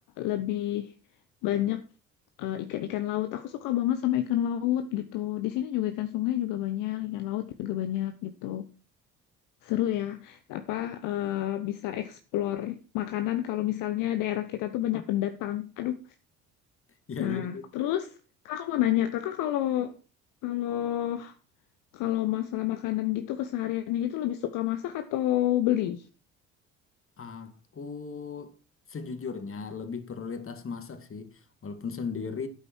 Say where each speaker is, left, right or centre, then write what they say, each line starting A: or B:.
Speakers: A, on the left (about 55°); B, on the left (about 35°).
A: lebih banyak eh, ikan-ikan laut. Aku suka banget sama ikan laut gitu. Di sini juga ikan sungai juga banyak, ikan laut juga banyak gitu. Seru ya, apa eh, bisa explore makanan kalau misalnya daerah kita tuh banyak pendatang. Aduh.
B: Iya
A: Nah,
B: iya.
A: terus kakak mau nanya, kakak kalau kalau kalau masalah makanan gitu kesehariannya gitu lebih suka masak atau beli?
B: Aku sejujurnya lebih prioritas masak sih, walaupun sendiri